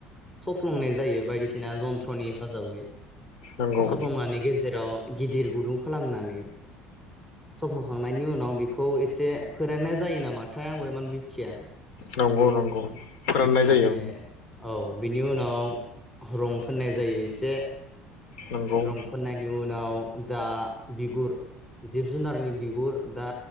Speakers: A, in the centre; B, on the left (about 75°).
A: सफ्लंनाय जायो बायदिसिना जनथ्र'नि हेफाजाबै
B: नंगौ
A: सफ्लंनायनि गेजेराव गिदिर गुदुं खालामनानै सफ्लं खांनायनि उनाव बेखौ एसे फोराननाय जायो नामाथाय आंबो इमान मिथिया
B: नंगौ नंगौ फोराननाय
A: मिथिनानै
B: जायो
A: औ बिनि उनाव रं फोननाय जायो एसे
B: नंगौ
A: रं फाननायनि उनाव जा बिगुर जिब-जुनारनि बिगुर दा